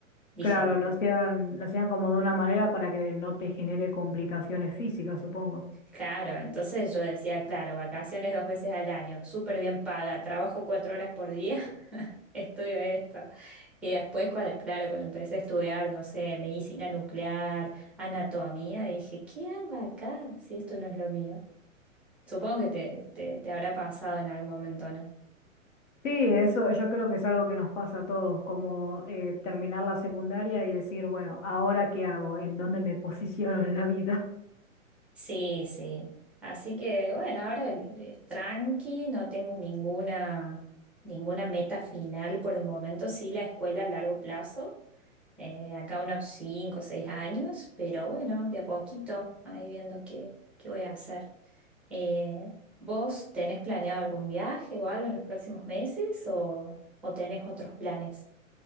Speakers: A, in the centre; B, on the left (about 70°).
A: Dije,
B: claro, lo hacían, lo hacían como de una manera para que no te genere complicaciones físicas, supongo.
A: Claro, entonces yo decía, claro, vacaciones dos veces al año, súper bien paga, trabajo cuatro horas por día, <laughs> estudio esto. Y después, cua- claro, cuando empecé a estudiar, no sé, medicina nuclear, anatomía, dije, ¿qué hago acá si esto no es lo mío? Supongo que te, te, te habrá pasado en algún momento, ¿no?
B: Sí, eso yo creo que es algo que nos pasa a todos, como eh, terminar la secundaria y decir, bueno, ¿ahora qué hago? ¿En dónde me <laughs> posiciono en la vida?
A: Sí, sí. Así que bueno, ahora es tranqui, no tengo ninguna, ninguna meta final por el momento, sí la escuela a largo plazo eh, acá unos 5 o 6 años, pero bueno, de a poquito, ahí viendo qué, qué voy a hacer. Eh, ¿vos tenés planeado algún viaje o algo en los próximos meses o, o tenés otros planes?